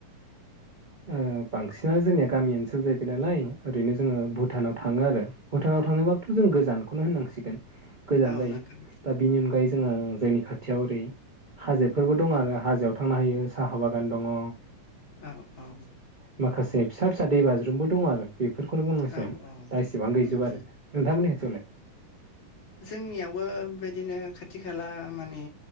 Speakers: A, on the right; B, on the left.
A: ओ बांसिनानो जोंनिया गामि ओनसोल जाहैबाय नालाय ओरैनो जोङो भुटानाव थाङो आरो। भुटानाव थांनोबाबोथ' जों गोजानखौनो होननांसिगोन। गोजान
B: औ
A: जायो
B: नोंथां
A: दा बिनि अनगायै जोङो जोंनि खा - थियाव ओरै हाजोफोरबो दंङ आरो हाजोआव थांनो हायो साहा बागान दंङ।
B: औ औ
A: माखासे फिसा फिसा दैबाज्रुमबो दं आरो। बेफोरखौनो बुंनांसिगोन
B: औ औ
A: दा एसिबां गैजोबा
B: उम उम
A: आरो नोंथांमोननि खाथियावलाय?
B: जोंनियावबो बेदिनो खाथि खाला माने